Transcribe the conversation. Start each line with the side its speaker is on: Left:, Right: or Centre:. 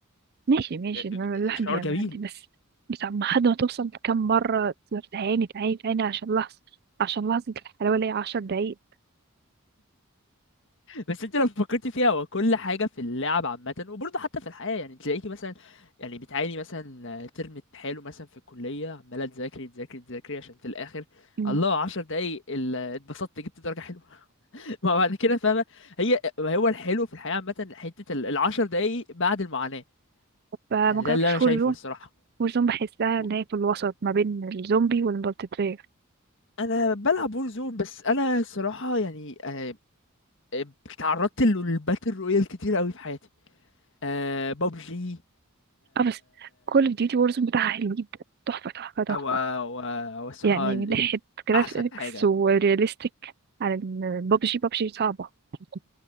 Right: ماشي ماشي
Left: آه،
Right: إن الواحد
Left: آه، شعور
Right: بيعمل
Left: جميل
Right: عندي بس بس عم حد ما توصل كم مرة تقدر تعاني تعاني تعاني عشان لحظة عشان لحظة الحلاوة اللي هي عشر دقايق
Left: بس انت لو فكرت فيها هو كل حاجه في اللعب عامه وبرضه حتى في الحياه يعني تلاقيكي مثلا يعني بتعاني مثلا ترم حلو مثلا في الكليه عماله تذاكري تذاكري تذاكري عشان في الاخر
Right: مم.
Left: الله 10 دقايق ال- اتبسطت جبت درجه حلوه <laughs> ما بعد كده فاهمه هي ما هو الحلو في الحياه عامه حته ال ال 10 دقايق بعد المعاناه
Right: فما
Left: يعني ده
Right: جربتش
Left: اللي انا
Right: فور
Left: شايفه الصراحه
Right: وورزون بحسها
Left: و-
Right: ان هي في الوسط ما بين الزومبي والمالتي بلاير
Left: انا بلعب وور زون بس انا الصراحه يعني آه، آه، تعرضت للباتل رويال كتير قوي في حياتي أه ببجي
Right: اه بس كول اوف ديوتي وورزون بتاعها حلو جدا تحفة تحفة تحفة
Left: هو هو هو الصراحة
Right: يعني
Left: ال...
Right: من ناحية
Left: ال...
Right: جرافيكس
Left: أحسن حاجة
Right: ورياليستيك على بابجي بابجي صعبة <laughs>